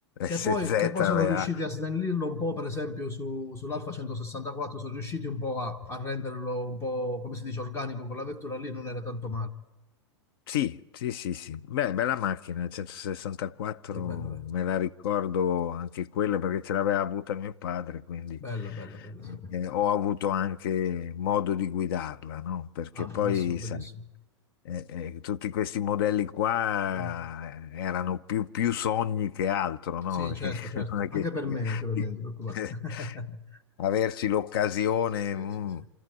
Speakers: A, on the left; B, on the left.
A: Che
B: SZ
A: poi, che poi
B: aveva
A: sono riusciti a snellirlo un po', per esempio, su, sull'Alfa 164, sono riusciti un po' a, a renderlo un po', come si dice, organico, quella vettura lì non era tanto male.
B: Sì, sì, sì, sì. Beh, bella macchina, 164
A: Sì, bella, bella,
B: me la ricordo anche quella perché ce l'aveva avuta mio padre, quindi
A: bella, bella, bella,
B: mhmm,
A: sì.
B: eh, ho avuto anche modo di guidarla, no? Perché
A: Ah, bellissimo,
B: poi, sai,
A: bellissimo.
B: eh, eh, tutti questi modelli qua
A: Sì.
B: eh, erano più, più sogni che altro, no?
A: Sì,
B: <laughs>
A: certo, certo.
B: Non è che
A: Anche per
B: <laughs>
A: me, anche per me, non ti preoccupare. <laughs>
B: averci l'occasione.
A: Sì,
B: mm
A: sì, sì.